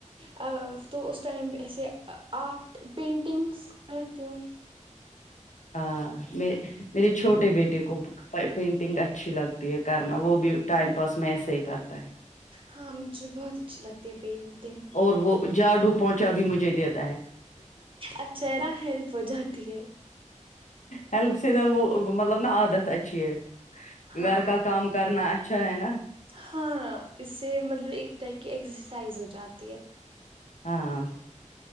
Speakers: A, on the right; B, on the left.
A: ا تو اس ٹائم ایسے ارٹ پینٹنگس کرتی ہوں <inaudible>
B: ہاں میں میرے چھوٹے بیٹے کو پینٹنگ اچھی لگتی ہے کرنا وہ بھی ٹائم پاس میں ایسے ہی کرتا ہے
A: ہاں مجھے بہت اچھی لگتی ہے پینٹ
B: اور وہ جاڈو پہنچا بھی مجھے دیتا ہے
A: اچھا ہے نہ ہیلپ ہو جاتی ہے
B: ہیلپ سے زیادہ مطلب نا عادت اچھی
A: ہاں
B: گھر کا کام کرنا اچھا ہے نا
A: ہاں اس سے مطلب ایک ٹائپ کی ایکسرسائز ہو جاتی ہے
B: ہاں